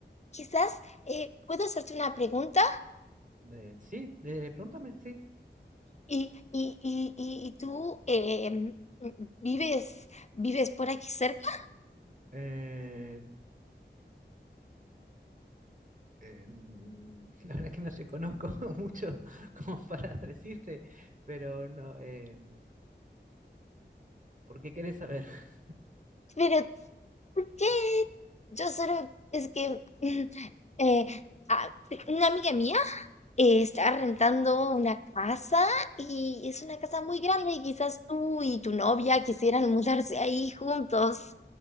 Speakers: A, on the left (about 35°); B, on the right (about 45°).
A: quizás eh, puedo hacerte una pregunta.
B: de- sí, de, pregúntame, sí.
A: Y, y, y, y, y tú em, mm, mm, vives, vives por aquí cerca,
B: Eh, eh, mm, <laughs> la verdad es que no te conozco <laughs> mucho como para decirte, pero no, eh, ¿por qué querés saber? <laughs>
A: pero ¿por qué? Yo solo, es que <laughs> mm, eh, ah, eh, una amiga mía eh, está rentando una casa y es una casa muy grande y quizás tú y tu novia quisieran mudarse ahí juntos.